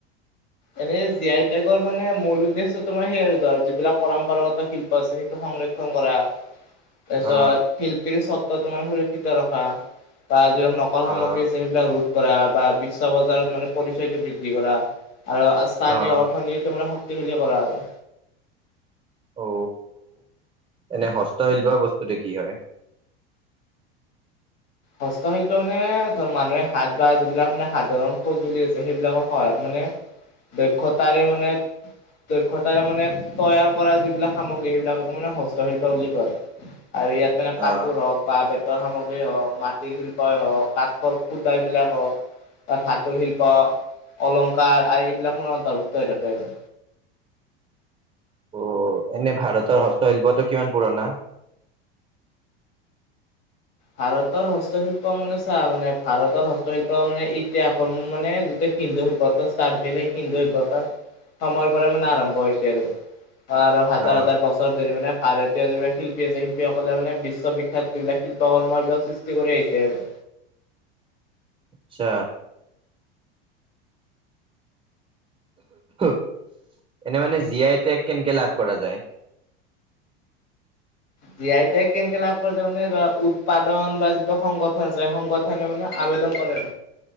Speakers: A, on the left (about 55°); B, on the right (about 20°).
A: এনেই জি, আই, টেগৰ মানে মূল উদ্দেশ্যতো মানে সেই, আৰু ধৰ, যিবিলাক পৰম্পৰাগত শিল ল্প, আছে সেইটো সংৰক্ষণ কৰা। তাৰপিছত
B: অ
A: শিল্পীৰ সত্ব, তোমাৰ সুৰক্ষিত ৰখা বা, যি কল সামগ্ৰী
B: অ
A: আছে সেইবিলাক ৰোধ কৰা, বা বিশ্ব বজাৰত মানে পৰিচয়টো বৃদ্ধি কৰা। আৰু স্থানীয়
B: অ
A: অৰ্থনীতি তোমাৰ শক্তিশালী কৰা আৰু।
B: অ, এনে হস্তশিল্প বস্তুটো কি হয়?
A: হস্ত শিল্প, মানে ধৰ মানুহে হাত বা যিবিলাক মানে সাধাৰণ সঁজুলি আছে, সেইবিলাকৰ সহায়ত মানে দক্ষতাৰে মানে দক্ষতাৰে মানে তৈয়াৰ কৰা যিবিলাক সামগ্ৰী, সেইবিলাককে মানে হস্তশিল্প বুলি কয়। আৰু ইয়াত মানে কাপোৰ
B: অ
A: হওঁক বা বেতৰ সামগ্ৰীয়ে হওঁক মাটিৰ শিল্পই হওঁক, কাঠৰ খুটা বিলাক হওঁক তাত ধাতুৰ শিল্প, অলংকাৰ আৰু এইবিলাক মানে অন্তৰ্ভুক্ত হৈ থাকে, আৰু।
B: অ, এনে ভাৰতৰ হস্তশিল্পটো কিমান পুৰণা?
A: ভাৰতৰ হস্তশিল্প মানে চা, মানে ভাৰতৰ হস্তশিল্প মানে এতিয়া অসম মানে যেতিয়া হিন্দু সভ্যতা ষ্টাৰ্ট হৈ, হিন্দু সভ্যতা, সময়ৰ পৰা মানে আৰম্ভ হৈছে আৰু আৰু হাজাৰ-হাজাৰ
B: অ
A: বছৰ ধৰি মানে ভাৰতীয় যিবিলাক শিল্পী আছে, শিল্পীসকলে মানে বিশ্ববিখ্যাত যিবিলাক শি <unintelligible> সৃষ্টি কৰি আহিছে আৰু।
B: আচ্ছা। <inaudible> এনে মানে জি, আই, টেগ, কেনেকে লাভ কৰা যায়।
A: জি, আই, টেগ, কেনেকে লাভ কৰে যে মানে, উৎপাদন বা যিটো সংগঠন আছে সেই সংগঠন সে, মানে আবেদন কৰে।